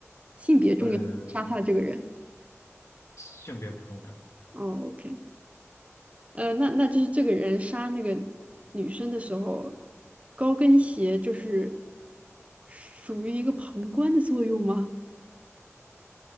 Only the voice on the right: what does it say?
性别重要，
杀他的这个人。
哦，OK，呃，那那就是这个人杀那个女生的时候，高跟鞋就是属于一个旁观的作用吗？